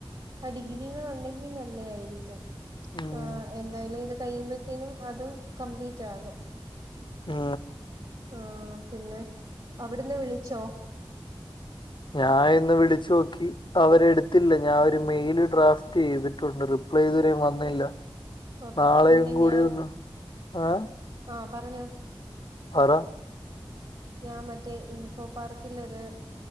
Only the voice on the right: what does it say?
ആ ഡിഗ്രികൾ ഉണ്ടെങ്കിൽ നല്ലതായിരുന്നു <unintelligible>
ആ എന്തായാലും ഇത് കഴിയുമ്പത്തനും അതും കംപ്ലീറ്റ് ആകും
ആ പിന്നെ അവിടുന്ന് വിളിച്ചോ
ഓക്കെ
പിന്നെ
ഞാൻ
ആഹ് പറഞ്ഞോ
ഞാൻ മറ്റേ ഇൻഫോ പാർക്കിൽ ഒരു